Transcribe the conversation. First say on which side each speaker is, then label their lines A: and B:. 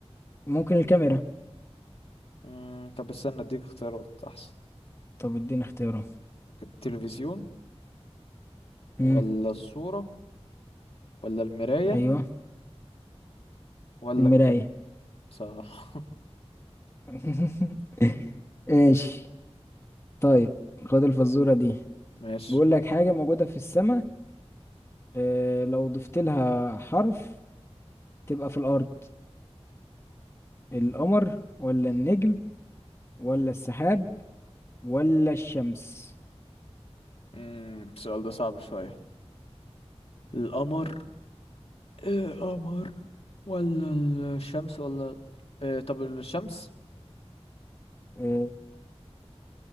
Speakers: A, on the left; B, on the left.
A: ممكن الكاميرا
B: مم. طب استنى اديك اختيارات احسن
A: طب ادينا اختيارات
B: التلفزيون
A: امم
B: ولا الصورة ولا المراية
A: ايوه
B: ولا
A: المراية
B: الكاميرا صح
A: <laughs> ماشي طيب خد الفزورة دي
B: ماشي
A: بيقول لك حاجة موجودة في السماء اه لو ضفت لها حرف تبقى في الأرض القمر ولا النجم ولا السحاب ولا الشمس
B: امم السؤال ده صعب شوية القمر ايه قمر ولا الشمس ولا ال- إيه طب الشمس
A: آه،